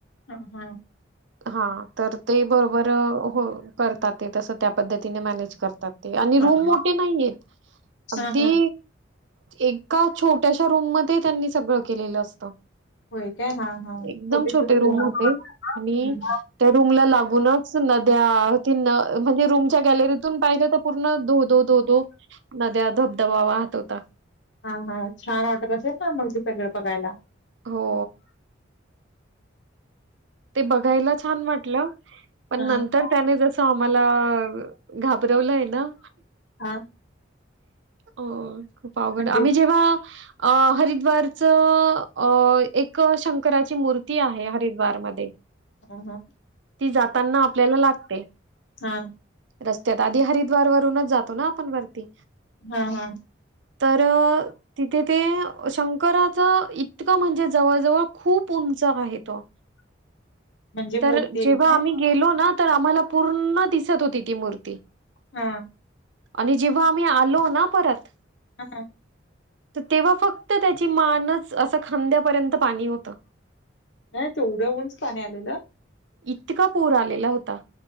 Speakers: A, on the left; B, on the right.
A: हा हा
B: हा तर ते बरोबर हो करतात ते तसं त्या पद्धतीने मॅनेज करतात ते आणि
A: हां,
B: रूम मोठे
A: हां.
B: नाहीयेत अगदी
A: हां, हां.
B: एक का छोट्याश्या रूममध्ये त्यांनी सगळं केलेलं असतं
A: होय काय? हां, हां.
B: एकदम
A: छोटे-छोटे
B: छोटे रूम होते
A: असतात.
B: आणि
A: हं.
B: त्या रूम ला लागूनच नद्या तीन म्हणजे रूमच्या गॅलरीतून पाहिजे तर पूर्ण धो दो धो दो नद्या, धबधबा वाहत होता.
A: हा हा छान वाटत असेल ना मग, ते सगळं बघायला?
B: हो. ते बघायला छान वाटलं पण
A: हां.
B: नंतर त्याने जसं आम्हाला घाबरवलंय ना
A: हा
B: अ खूप आवघडाय.
A: म्हणजे
B: आम्ही जेव्हा अ हरिद्वारचं अ एक शंकराची मूर्ती आहे हरिद्वार मध्ये
A: हू हू
B: ती जाताना आपल्याला लागते.
A: हू.
B: रस्त्यात आधी हरिद्वार वरूनच जातो ना आपण वरती.
A: हू हू.
B: तर तिथे ते शंकराच इतकं म्हणजे जवळ, जवळ खूप उंच आहे तो
A: <unintelligible> मूर्ती
B: तर
A: आहे
B: जेव्हा
A: काय?
B: आम्ही गेलो ना तर आम्हाला पूर्ण दिसत होती ती मूर्ती
A: हा
B: आणि जे व्हा आम्ही आलो ना परत
A: ऊ हू
B: तेव्हा फक्त त्याची मानच, असं खांद्यापर्यंत पाणी होत.
A: अ तेवढं उंच पाणी आलेलं?
B: इतका पूर आलेला होता.